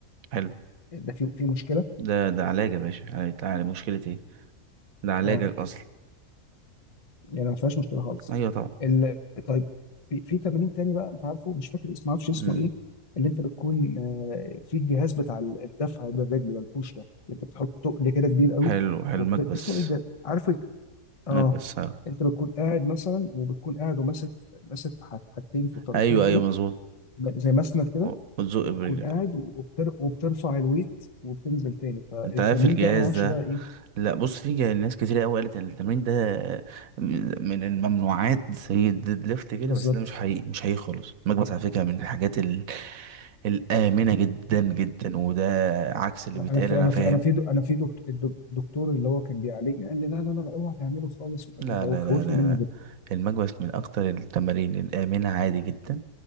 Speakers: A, on the right; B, on the left.
A: حلو
B: ده في في مشكله
A: ده ده علاج يا باشا يعني تعالى مشكلة إيه؟ ده علاجك
B: اه
A: أصلا
B: يعني ما فيهاش مشكله خالص
A: أيوه طبعا
B: ال... طيب في في تمرين تاني بقى انت عارفه مش فاكر اسمه ما اعرفش اسمه
A: مم.
B: ايه اللي انت بتكون آه، في الجهاز بتاع ال- الدفع بالرجل ده البوش ده اللي انت بتحط تقل كده كبير قوي
A: حلو حلو
B: وبت...
A: مكبس
B: اسمه ايه ده عارف الج- اه
A: مكبس ها
B: انت بتكون قاعد مثلا وبتكون قاعد وماسك ماسك في ح- حاجتين في الطرفين
A: ايوه
B: كده
A: ايوه مظبوط
B: زي مسند كده
A: و- وتزق
B: وبتكون
A: برجلك
B: قاعد وبتر... وبترفع الويت وبتنزل تاني فالتمرين
A: انت عارف الجهاز
B: ده انا ما اعرفش
A: ده
B: بقى ايه
A: لا بص في جه- ناس كتير قوي قالت ان التمرين ده م- من الممنوعات زي الديد ليفت كده
B: بالظبط
A: بس ده مش حقيقي مش حقيقي خالص المكبس على فكره من الحاجات ال... الامنه جدا جدا وده عكس اللي بيتقال
B: انا في
A: انا
B: انا
A: فاهم
B: في انا في دو انا في دكتور الدك- الدكتور اللي هو كان بيعالجني قال لي لا لا لا لا، اوعى تعمله خالص ومش عارف
A: لا
B: إيه.
A: لا
B: هو خوفني
A: لا لا
B: منه
A: لا.
B: جدا
A: المكبس من اكتر التمارين الامنه عادي جدا